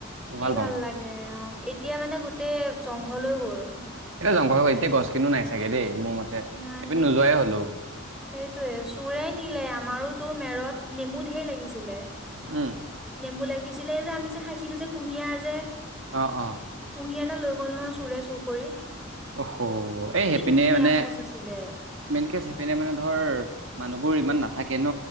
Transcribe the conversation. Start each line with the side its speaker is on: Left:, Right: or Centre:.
Right: মই
Centre: কি ভাল
Right: পাওঁ
Centre: লাগে অ এতিয়া মানে গোটেই জংঘল হৈ গ'ল।
Right: এতিয়া জংঘল হৈ গ'ল এতিয়া গছ কিনো নাই চাগে দেই। মোৰ মতে
Centre: নাই
Right: এইপিনে
Centre: নেকি
Right: নোযোৱাই হলো
Centre: চব সেইটোয়ে চোৰে নিলে আমাৰো তোৰ মেৰত। নেমু ঢেৰ লাগিছিলে,
Right: উম।
Centre: নেমু লাগিছিলে যে আমি যে খাইছিলো যে কুঁহিয়াৰ যে।
Right: অ অ।
Centre: কুহিয়াৰ ডাল লৈ গ'ল নহয় চোৰে চুৰ কৰি।
Right: অ হ এ
Centre: কি
Right: সেইপিনে
Centre: ধুনীয়া
Right: মানে।
Centre: সচ আছিলে
Right: মেইনকে চেপিনে মানে ধৰ মানুহবোৰ ইমান নাথাকে ন।